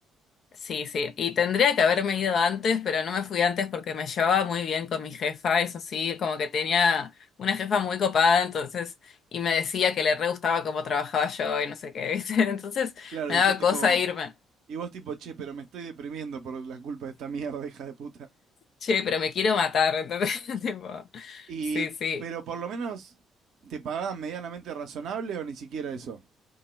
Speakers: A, on the left; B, on the right.
A: Sí, sí, y tendría que haberme ido antes, pero no me fui antes porque me llevaba muy bien con mi jefa, eso sí, como que tenía una jefa muy copada, entonces, y me decía que le re gustaba cómo trabajaba yo y no sé qué, ¿viste? <laughs> Entonces
B: Claro,
A: me
B: y
A: daba
B: yo tipo...
A: cosa irme,
B: Y vos tipo, che, pero me estoy deprimiendo por la culpa de esta mierda, hija de puta.
A: che, pero me quiero matar, entonces, <laughs> tipo,
B: Y,
A: sí, sí.
B: pero por lo menos te pagaban medianamente razonable o ni siquiera eso.